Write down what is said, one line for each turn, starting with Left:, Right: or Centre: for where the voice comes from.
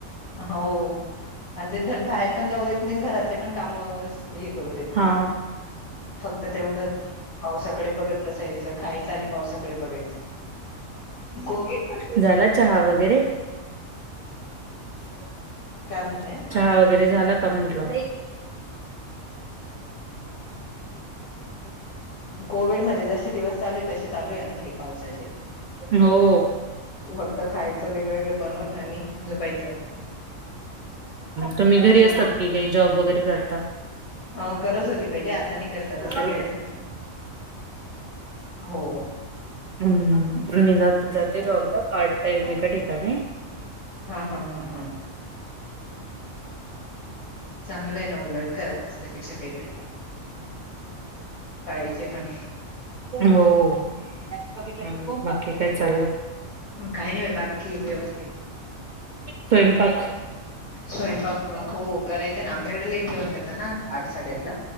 Left: हा हो हो आणि ते धड बाहेर पण जाऊ देत नाही घरातले पण काम हे करू देत नाही.
Right: हा
Left: फक्त तेवढंच पावसाकडे बघत असायचं खायचं आणि- खायच आणि पावसाकडे बघायचं. ती कोविड
Right: झाला चहा वगैरे. <inaudible>
Left: का म्हनताय आणि.
Right: चहा वगैरे झाला का म्हंटल. <unintelligible>
Left: कोविड मध्ये जसे दिवस चालू आहे, तसे चालू आहे आता हे पावसाचे.
Right: हो
Left: फक्त खायचं वेगळं, वेगळं बनवून आणि झोपायचं.
Right: तुम्ही घरी
Left: तेच
Right: असतात की काही जॉब वगैरे करता?
Left: अं करत होती पहिले आता नाही करत आता
Right: अच्छा
Left: सध्या घरी. हो.
Right: हम्म मी जाते, जाते जॉबला पार्ट टाइम एका ठिकाणी
Left: हा हा हा हा. चांगलं आहे ना, उलट घरात बसण्यापेक्षा काहीतरी पाहिजे पण.
Right: हो बाकी काय चाललं?
Left: काही नाही बा बाकी व्यवस्थित
Right: स्वयंपाक
Left: स्वयंपाक हो करायचं ना, आमच्याकडे लेट जेवण करतातना आठ साडेआठ ला.